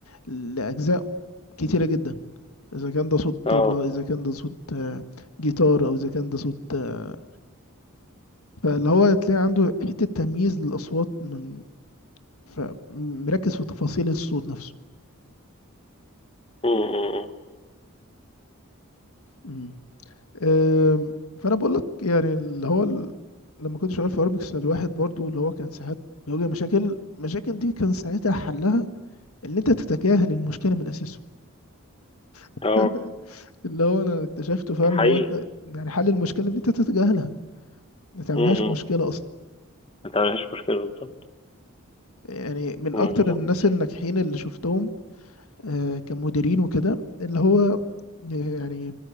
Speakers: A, on the left; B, on the left.
A: لاجزاء كتيره جدا اذا كان ده صوت
B: اه
A: طبلة اذا كان ده صوت آه، جيتار او اذا كان ده صوت آه، فاللي هو تلاقي عنده حته تمييز للاصوات من فمركز في تفاصيل الصوت نفسه
B: م- م- م.
A: مم. أم، فانا بقول لك يعني اللي هو ال- لما كنت شغال في ارمكس الواحد برضو اللي هو كان ساعات بيواجه مشاكل المشاكل دي كان ساعتها حلها ان انت تتجاهل المشكله من اساسه <laughs>
B: اه
A: اللي هو انا اكتشفته فعلا
B: ده حقيقي
A: ان هو انت يعني حل المشكله ان انت تتجاهلها ما تعملهاش
B: م- م.
A: مشكله اصلا
B: ما تعملش مشكلة بالظبط
A: يعني من
B: بالظبط
A: اكتر الناس الناجحين اللي شفتهم آه، كمديرين وكده اللي هو يعني